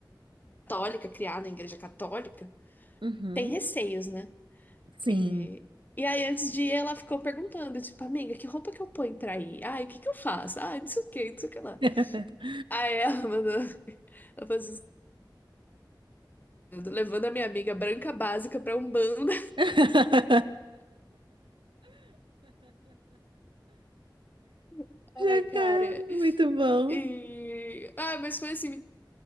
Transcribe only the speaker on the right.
uhum,
sim.
<laughs>
<laughs>
Jacaré,
muito bom.